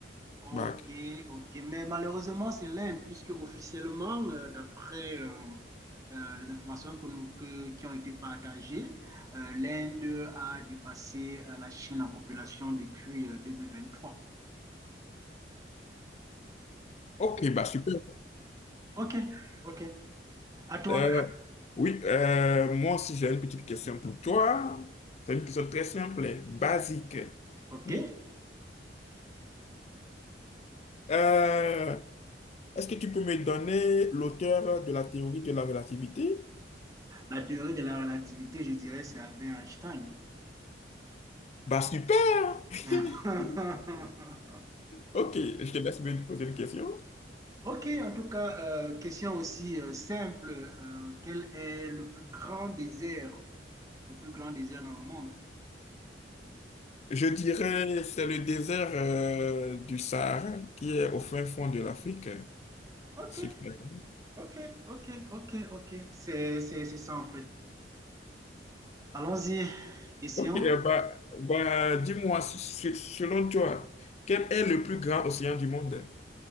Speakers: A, on the right (about 20°); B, on the left (about 35°).
A: Ok,
B: Bah,
A: ok. Mais malheureusement, c'est l'Inde, puisque officiellement, euh, d'après euh, euh, les informations que nous- que- qui ont été partagées, euh, l'Inde a dépassé euh, la Chine en population depuis euh, trois
B: ok, bah super.
A: Ok, ok. À toi.
B: Euh, oui, euh, moi aussi j'ai une petite question pour toi. C'est une question très simple, basique.
A: Ok.
B: Hmm. Euh, Est-ce que tu peux me donner l'auteur de la théorie de la relativité?
A: La théorie de la relativité, je dirais, c'est Albert Einstein.
B: Bah super! <laughs>
A: <laughs>
B: Ok, je te laisse me poser une question.
A: Ok, en tout cas, euh, question aussi euh, simple. Euh, quel est le plus grand désert, le plus grand désert dans le monde?
B: Je dirais c'est le désert euh, du Sahara qui est au fin fond de l'Afrique.
A: Ok.
B: Si tu-
A: Ok, ok, ok, ok. C'est, c'est, c'est ça en fait. Allons-y. Question.
B: Ok, euh, bah, bah, dis-moi, s- s- selon toi, quel est le plus grand océan du monde?